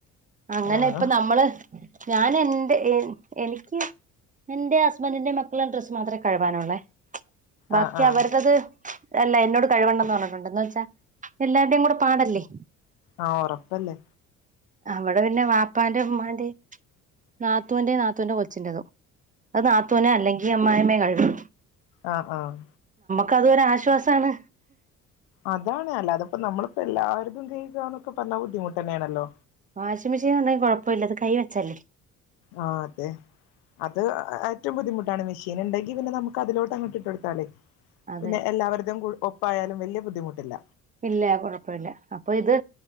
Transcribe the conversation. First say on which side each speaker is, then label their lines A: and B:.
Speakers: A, on the right; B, on the left.
A: അങ്ങനെ
B: ആഹ്
A: ഇപ്പൊ നമ്മള് ഞാൻ എന്റെ എനിക്ക് എന്റേ ഹസ്ബൻഡിന്റേം മക്കൾടെ ഡ്രസ്സ്മാത്രെ കഴുവാനുള്ളേ ബാക്കി
B: ആഹ് ആഹ്
A: അവർടത് അല്ല എന്നോട് കഴിവണ്ടന്ന്പറഞ്ഞിട്ടൊണ്ട് എന്ന് വച്ചാ എല്ലാർടേം കൂടെപാടല്ലേ
B: ആ ഒറപ്പല്ലേ
A: അവടെ പിന്നെ വാപ്പാന്റേം ഉമ്മാന്റേം നാത്തൂന്റേം നാത്തൂന്റെകൊച്ചിറ്റെതും അത് നാത്തൂനൊ അല്ലെങ്കി അമ്മായിമ്മ കഴു
B: ആ ആ
A: കതൊരുശ്വാസാണ്
B: അതാണ് അല്ലാതപ്പ നമ്മളിപ്പോ എല്ലാർക്കും കഴിക്കാന്നൊക്കെപറഞ്ഞാ ബുദ്ധിമുട്ട് തന്നേണല്ലോ
A: വാഷിംമെഷീൻ ഒണ്ടെങ്കി കൊഴപ്പില്ല ഇത് കൈവെച്ചല്ലേ
B: ആ അതെ അത് ഏറ്റോം ബുദ്ധിമുട്ടാണ് മെഷീൻ ഇണ്ടെങ്കി പിന്നെ നമുക്ക് അതിലോട്ട് അങ്ങട്ട് ട്ടൊടുത്താലെ
A: അതെ
B: പിന്നെ എല്ലാവരതുംകു ഒപ്പായാലും വല്യ ബുദ്ധിമുട്ട ട്ടില്ല
A: ഇല്ല കൊഴപ്പില്ല അപ്പൊ ഇത്